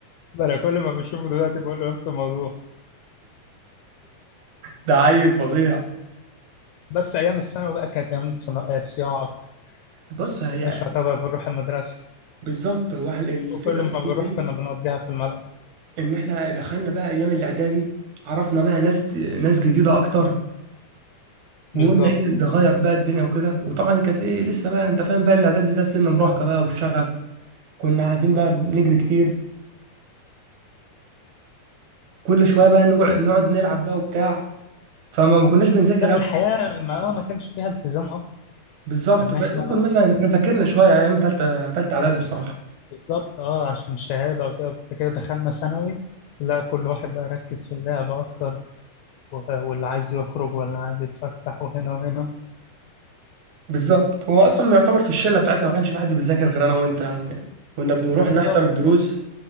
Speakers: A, on the left; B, on the right.
A: <laughs> انا كل ما بشوفه دلوقتي بقول له نفس الموضوع
B: ده عيل فظيع
A: بس ايام الثانوي بقى كانت ايام الصنا- الصياعه اكتر
B: بص هي
A: كناش يعتبر بنروح المدرسه
B: بالظبط هو احنا الفكره
A: وكل
B: بقى
A: ما بنروح
B: إن ايه
A: كنا بنقضيها في الملعب
B: ان احنا دخلنا بقى ايام الاعدادي عرفنا بقى ناس ناس جديده اكتر وقلنا
A: بالظبط
B: ايه نغير بقى الدنيا وكده وطبعا كانت ايه لسه بقى انت فاهم بقى الاعدادي ده سن مراهقه بقى والشغف كنا قاعدين بقى بنجري كتير كل شويه بقى نقعد نقعد نلعب بقى وبتاع فما ما كناش بنذاكر
A: لا الحياة ما آه، ما كانش فيها التزام أكتر
B: بالظبط
A: يعني
B: ب-
A: إحنا
B: ممكن مثلا احنا ذاكرنا شويه ايام ثالثه ثالثه اعدادي بصراحه
A: بالظبط أه عشان الشهادة وكده بعد كده دخلنا ثانوي لا كل واحد بقى ركز في اللعب أكتر و- واللي عايز يخرج واللي عايز يتفسح وهنا وهنا
B: بالظبط هو اصلا يعتبر في الشله بتاعتنا ما كانش في حد بيذاكر غير انا وانت يعني كنا بنروح
A: بالظبط
B: نحضر الدروس